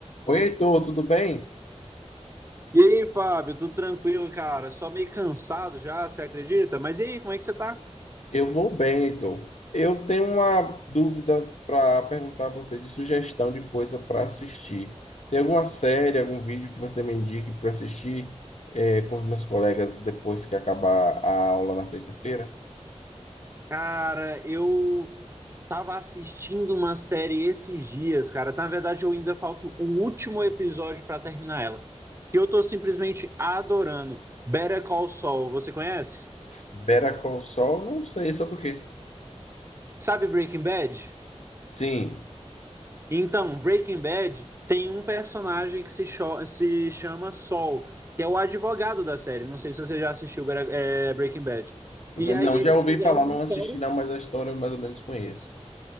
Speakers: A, on the left; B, on the right.
A: Oi, Heitor, tudo bem?
B: E aí, Fábio, tudo tranquilo, cara? Só meio cansado já, você acredita? Mas e aí, como é que você tá?
A: Eu vou bem, Heitor. Eu tenho uma dúvida para perguntar a você de sugestão de coisa para assistir. Tem alguma série, algum vídeo que você me indique para assistir eh, com os meus colegas depois que acabar a aula na sexta-feira?
B: Cara, eu tava assistindo uma série esses dias, cara. Na verdade, eu ainda falta o último episódio pra terminar ela, que eu tô simplesmente adorando. Better Call Saul, você conhece?
A: Better Call Saul, não sei sobre o quê.
B: Sabe Breaking Bad?
A: Sim,
B: Então, Breaking Bad tem um personagem que se, cho- se chama Saul, que é o advogado da série. Não sei se você já assistiu Bra- é, Breaking Bad.
A: n-
B: E aí
A: não,
B: eles
A: já ouvi
B: fizeram
A: falar,
B: uma
A: não
B: série.
A: assisti não, mas a história eu mais ou menos conheço.